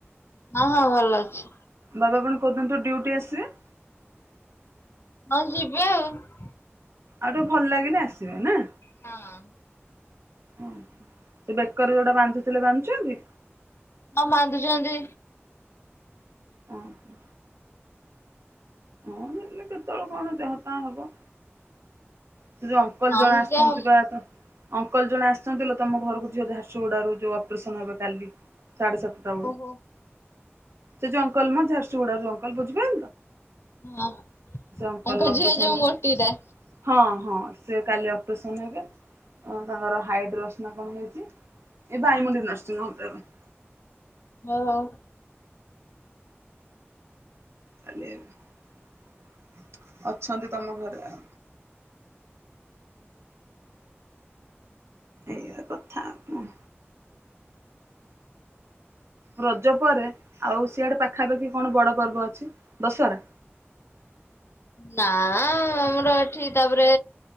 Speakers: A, on the left; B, on the right.
A: ହଁ ହଁ ଭଲ ଅଛି।
B: ବାବା ଆପଣ କୋଉଦିନ ଠୁ ଡ୍ୟୁଟି ଆସିବେ?
A: ହଁ ଯିବେ ଆଉ।
B: ଆଉ ଟିକେ ଭଲ ଲାଗିଲେ ଆସିବେ ନା?
A: ହଁ।
B: ଓ ବେକର ଯୋଉଟା ବାନ୍ଧୁଥିଲେ ବାନ୍ଧୁଛନ୍ତି?
A: ହଁ ମନ୍ଦୁଛନ୍ତି।
B: ଓ ହୋ। ହଁ ନେଲେ କେତେବେଳଳେ କଣ ଦେହ ପାହା ହବ। ଯୋଉ ଅଙ୍କଲ
A: ମାନ୍ଦା
B: ଜଣେ ଆସିଛନ୍ତି
A: ଓହୋ।
B: ପା କଣ? ଅଙ୍କଲ ଜଣେ ଆସିଛନ୍ତି ଲୋ ତମ ଘରକୁ ଝିଅ ଝାରସୁଗୁଡାରୁ ଯୋଉ ଅପରେସନ ହବ କାଲି ସାଢେ ସାତ
A: ହଁ ହଁ
B: ସେ ଯଉ ଅଙ୍କଲ ମ ଝାରସୁଗୁଡା ରୁ ଯଉ ଅଙ୍କଲ ବୋଝିବା
A: ଓ ତାଙ୍କ
B: ଅଙ୍କଲ ଅପରେସନ
A: ଝିଅ ଯୋଉ
B: ହେବେ।
A: ମୋଟିଟା।
B: ହଁ ହଁ ସେ କାଲି ଅପରେସନ ହେବେ କଣ ତାଙ୍କର ହାଇଡ୍ରୋସ ନା କଣ ହେଇଛି? ଏ ଭାଇ ମୁଡି ନର୍ସିହୋମ୍ <unintelligible>
A: ହହ।
B: <unintelligible> ଅଛନ୍ତି ତମ ଘରେ। ଏଇୟା କଥା <unintelligible> ରଜ ପରେ ଆଉ ସିଆଡେ ପାଖାପାଖି କଣ ବଡ଼ ପର୍ବ ଅଛି ଦଶହରା?
A: ନା- ଆମର ଏଠି ତାପରେ